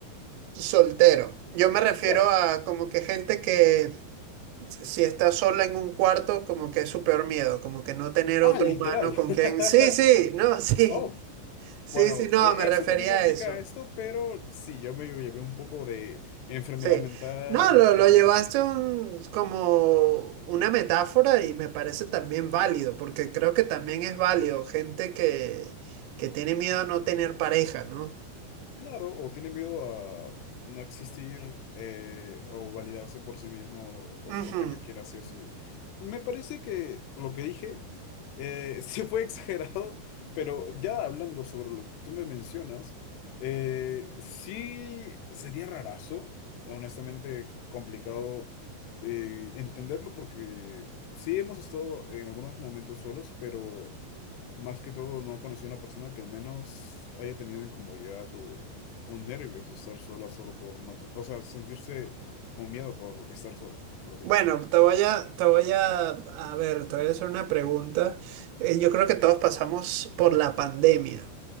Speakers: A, on the right; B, on the left.
A: soltero. Yo me refiero
B: Claro.
A: a como que gente que si está sola en un cuarto, como que es su peor miedo, como que no tener
B: Ah,
A: otro
B: literal.
A: humano con quien. Sí,
B: <laughs>
A: sí, no, <laughs> sí,
B: oh
A: sí,
B: Bueno,
A: sí, no,
B: e-
A: me
B: eso
A: refería
B: también aplica
A: a eso.
B: a esto, pero sí, yo me llevé un poco de enfermedad
A: Sí.
B: mental,
A: No, lo,
B: gente
A: lo llevaste
B: que,
A: un- como una metáfora y me parece también válido, porque creo que también es válido gente que, que tiene miedo a no tener pareja, ¿no?
B: Claro, o tiene miedo a no existir eh, o validarse por sí mismo o,
A: Ujú.
B: o que requiera sí o sí. Me parece que lo que dije eh, <laughs> sí fue exagerado, pero ya hablando sobre lo que tú me mencionas, eh, sí sería rarazo, honestamente complicado eh, entenderlo porque sí hemos estado en algunos momentos solos, pero... Más que todo, no conocí a una persona que al menos haya tenido incomodidad o, o nervios de estar sola solo por no, te- o sea, sentirse con miedo por estar sola, prácticamente.
A: Bueno, te voy a, te voy a, a ver, te voy a hacer una pregunta. Eh, yo creo que todos pasamos por la pandemia.